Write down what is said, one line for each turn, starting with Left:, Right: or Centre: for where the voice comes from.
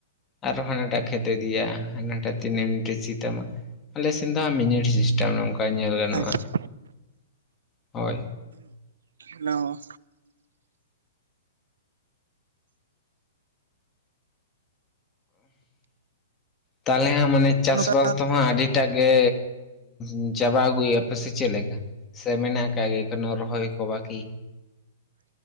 Left: ᱟᱨᱚ ᱦᱟᱱᱟᱴᱟᱜ ᱠᱷᱮᱛᱮ ᱤᱫᱤᱭᱟ ᱦᱟᱱᱟᱴᱟᱜ ᱛᱤᱱᱟᱹᱜ ᱢᱤᱸᱱᱤᱴᱮ ᱥᱤ ᱛᱟᱢᱟ᱾ ᱟᱞᱮ ᱥᱮᱱ ᱫᱚ ᱦᱟᱸᱜ ᱢᱤᱸᱱᱤᱰ ᱥᱤᱥᱴᱟᱢ ᱱᱚᱝᱠᱟ ᱧᱮᱞ ᱜᱟᱱᱚᱜᱼᱟ,
Right: ᱟᱪᱪᱷᱟ
Left: ᱦᱳᱭ᱾
Right: ᱦᱮᱞᱳ᱾
Left: ᱛᱟᱞᱦᱮ ᱦᱟᱸᱜ ᱢᱟᱱᱮ ᱪᱟᱥ
Right: ᱱᱚᱝᱠᱟ
Left: ᱵᱟᱥ ᱫᱚ ᱦᱟᱸᱜ ᱟᱹᱰᱤ ᱴᱟ ᱜᱮ ᱩᱸᱻ ᱪᱟᱵᱟ ᱟᱹᱜᱩᱭᱮᱜ-ᱟ ᱯᱮ ᱥᱮ ᱪᱮᱫ ᱞᱮᱠᱟ ᱥᱮ ᱢᱮᱱᱟᱜ? ᱟᱠᱟᱜ ᱜᱮᱭᱟ ᱮᱠᱷᱚᱱᱚ ᱨᱚᱦᱚᱭ ᱠᱚ ᱵᱟᱠᱤ?